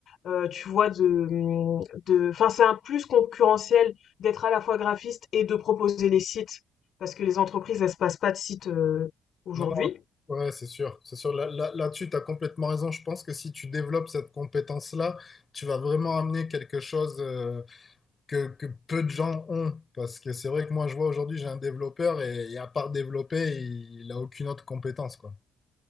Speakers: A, on the left; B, on the left.
A: euh, tu vois, de, mm, de, enfin, c'est un plus concurrentiel d'être à la fois graphiste et de proposer les sites parce que les entreprises elles se passent pas de sites euh, aujourd'hui.
B: non, non, ouais, c'est sûr, c'est sûr. Là, là- là-dessus, tu as complètement raison. Je pense que si tu développes cette compétence-là, tu vas vraiment amener quelque chose. euh, que, que peu de gens ont. Parce que c'est vrai que moi, je vois aujourd'hui, j'ai un développeur et, et à part développer, il n'a aucune autre compétence, quoi.